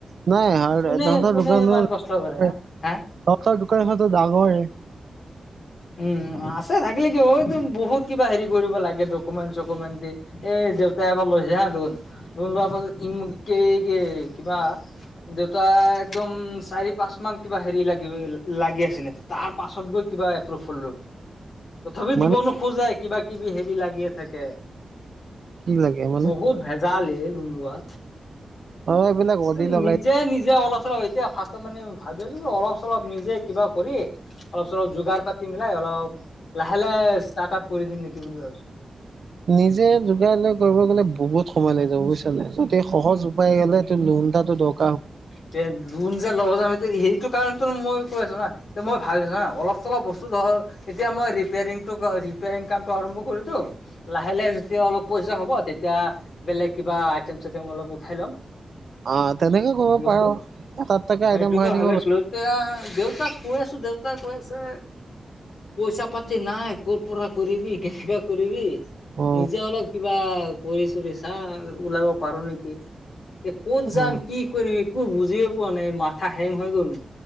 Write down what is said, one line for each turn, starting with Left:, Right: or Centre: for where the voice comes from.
Right: <unintelligible>
Left: কোনে
Right: তহঁতৰ
Left: কোনে
Right: দোকানৰ
Left: ইমান কষ্ট কৰে হা
Right: তহঁতৰ
Left: হা
Right: দোকানখনতো ডাঙৰে।
Left: উম, আছে থাকিলে কি হ'ব একদম বহুত কিবা হেৰি কৰিব লাগে ডকুমেন্ট চব। চকুমেন্ট দি, এই দেউতাই এবাৰ লৈছে হা লোন, লোন লোৱাৰ পাছত ই মোক <unintelligible> কে কিবা দেউতা একদম, চাৰি, পাঁচ মান কিবা হেৰি লাগে লাগি আছিলে, তাৰপাছত গৈ কিবা এপ্ৰুভ হ'ল লোণ, তথাপি
Right: মানে
Left: দিব নোখোজে কিবা কিবি হেৰি লাগিয়ে থাকে,
Right: কি লাগে মানে
Left: বহুত ভেজাল এ। লোণ লোৱা,
Right: অ এইবিলাক অদি
Left: উম,
Right: লগাই
Left: নিজে-নিজে অলপ চলপ এতিয়া ফাৰ্ষ্টত মানে ভাবি আছোঁ অলপ চলপ নিজে কিবা কৰি, অলপ চলপ যোগাৰ পাতি মিলাই অলপ, লাহে-লাহে ষ্টাৰ্টআপ কৰি দিম নেকি বুলি ভাবিছোঁ।
Right: নিজে যোগাৰ লৈ কৰিব গ'লে বহুত সময় লাগি যাব বুজিছা নে, যদি সহজ উপায় গেলে লোণ লোণটা তোক
Left: তে, লোণ যে লওঁ <unintelligible> সেইটো কাৰণটো মই কৈ আছো না, মই ভাবিছো হা অলপ চলপ বস্তু ধৰ, এতিয়া মই ৰেপিয়াৰিং তোক ৰিপেয়াৰিং কামটো আৰম্ভ কৰি দিওঁ লাহে-লাহে যেতিয়া অলপ পইচা হ'ব, তেতিয়া বেলেগ কিবা আইটেম চাইটেম অলপ উঠাই ল'ম।
Right: অ', তেনেকে কৰিব পাৰ
Left: এইটোকে
Right: এটাত এটাকে আইটেম ভৰাই থাকিব
Left: ভাবি আছিলো,
Right: পাৰি
Left: এতিয়া দেউতাক কৈ আছো, দেউতাই কৈ আছে পইচা পাতি নাই ক'ৰ পৰা কৰিবি কেনেকা কৰিবি।
Right: অ
Left: নিজে অলপ কিবা কৰি চুৰি চা ওলাব পাৰো নেকি। এ ক'ত
Right: অ
Left: যাম কি কৰিম একো বুজিয়ে পোৱা নাই মাথা হেং হৈ গল।